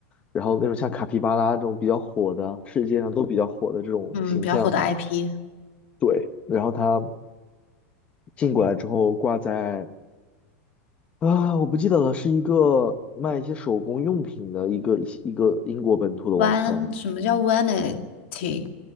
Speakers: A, on the left; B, on the left.
A: 然后那种像卡皮巴拉这种比较火的，世界上都比较火的这种形象。
B: 嗯，比较火的 IP，
A: 对，然后他进过来之后挂在啊，我不记得了，是一个卖一些手工用品的一个一个英国本土的网站，
B: one 什么叫 vanity